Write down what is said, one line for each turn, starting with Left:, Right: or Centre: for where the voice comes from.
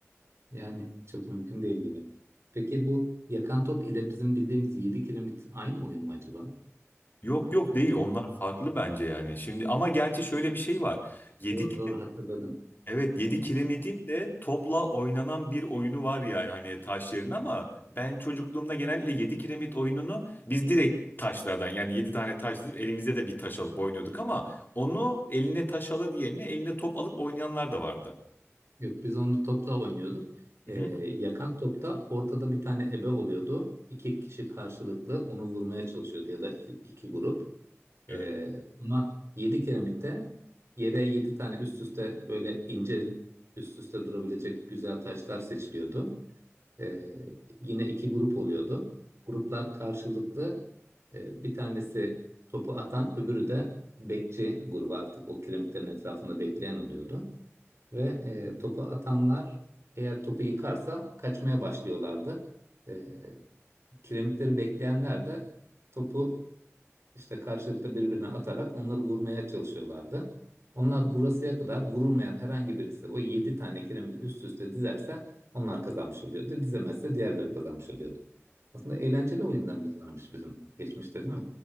Right: Yani çok mümkün değil gibi. Peki bu yakan top ile bizim bildiğimiz 7 kiremit aynı oyun mu acaba?
Left: Yok yok değil onlar
Right: <laughs>
Left: farklı bence yani. Şimdi ama gerçi şöyle bir şey var. Yedik.
Right: Doğru doğru hatırladım.
Left: Evet 7 kiremidin de topla oynanan bir oyunu var yani hani taş yerine ama ben çocukluğumda genellikle 7 kiremit oyununu biz direkt taşlardan yani 7 tane taş dizip elimize de bir taş alıp oynuyorduk ama onu eline taş alıp yerine eline top alıp oynayanlar da vardı.
Right: Yok biz onu topla oynuyorduk.
Left: Hı
Right: Ee,
Left: hı.
Right: yakan topta ortada bir tane ebe oluyordu. İki kişi karşılıklı onu vurmaya çalışıyordu ya da iki, iki grup.
Left: Evet.
Right: Ee, ama yedi kiremitte yere yedi tane üst üste böyle ince üst üste durabilecek güzel taşlar seçiliyordu. Ee, yine iki grup oluyordu. Gruplar karşılıklı e, bir tanesi topu atan öbürü de bekçi grubu artık o kiremitlerin etrafında bekleyen oluyordu. Ve e, topu atanlar eğer topu yıkarsa kaçmaya başlıyorlardı. E, kiremitleri bekleyenler de topu işte karşılıklı birbirine atarak onları vurmaya çalışıyorlardı. Onlar vurasıya kadar vurulmayan herhangi birisi o 7 tane kiremiti üst üste dizerse onlar kazanmış oluyordu. Dizemezse diğerleri kazanmış oluyordu. Aslında eğlenceli oyunlarımız varmış bizim geçmişte değil mi?